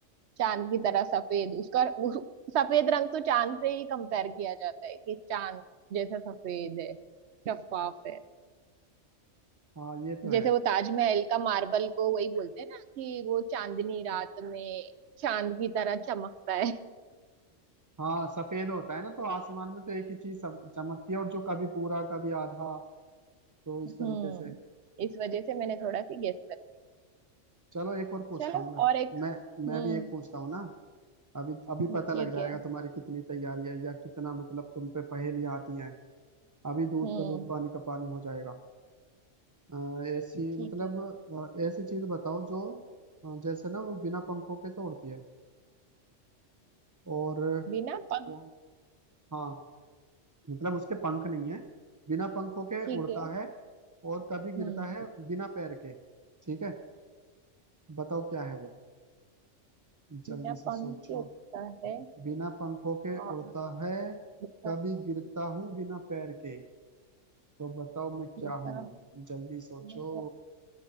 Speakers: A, on the right (about 65°); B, on the right (about 25°).
A: चांद की तरह सफेद उसका उस, सफेद रंग तो चांद से ही कंपेयर किया जाता है कि चांद जैसा सफेद है शफाफ है
B: हाँ ये तो
A: जैसे
B: है
A: वो ताजमहल का मार्बल को वही बोलते हैं ना कि वो चांदनी रात में चांद की तरह चमकता है
B: हाँ सफेद होता है ना तो आसमान में तो एक ही चीज सम- चमकती है और जो कभी पूरा कभी आधा तो इस
A: हम्म
B: तरीके से
A: इस वजह से मैंने थोड़ा सी गेस कर
B: चलो एक और पूछता
A: लिया चलो
B: हूँ मैं
A: और एक
B: मैं मैं
A: हम्म
B: भी एक पूछता हूँ ना अभी अभी
A: ठीक
B: पता लग जाएगा
A: है
B: तुम्हारी कितनी तैयारी है या कितना मतलब तुम पे पहेलियां आती हैं अभी दूध
A: हम्म
B: का दूध पानी का पानी हो जाएगा अ, ऐसी
A: ठीक
B: मतलब
A: है
B: अ, ऐसी चीज बताओ जो अ, जैसे ना वो बिना पंखों के तो उड़ती है और
A: बिना पंख
B: वो हाँ मतलब उसके पंख नहीं है बिना पंखों के
A: ठीक
B: उड़ता
A: है
B: है और कभी गिरता
A: हम्म
B: है बिना पैर के ठीक है बताओ क्या है वो जल्दी
A: बिना
B: से
A: पंख
B: सोचो
A: के उड़ता है
B: बिना पंखों के
A: और
B: उड़ता है
A: उड़ता
B: कभी
A: है
B: गिरता हूँ बिना पैर के तो बताओ मैं क्या
A: उड़ता
B: हूँ
A: है
B: जल्दी
A: बिना
B: सोचो
A: पैर